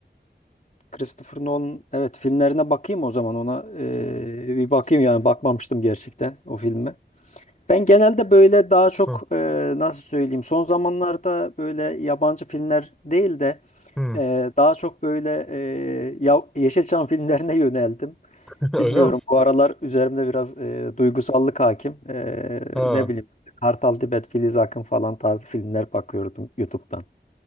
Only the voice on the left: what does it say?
Christopher Nolan evet filmlerine bakayım o zaman ona eee, bir bakayım yani bakmamıştım gerçekten o filme. Ben genelde böyle daha çok
eee, nasıl söyleyeyim son zamanlarda böyle yabancı filmler değil de
eee, daha çok böyle eee ya, Yeşilçam <laughs> filmlerine yöneldim.
Bilmiyorum
bu aralar üzerimde biraz eee, duygusallık hakim. Eee,
ne bileyim Kartal Tibet, Filiz Akın falan tarzı filmler bakıyordum YouTube'dan.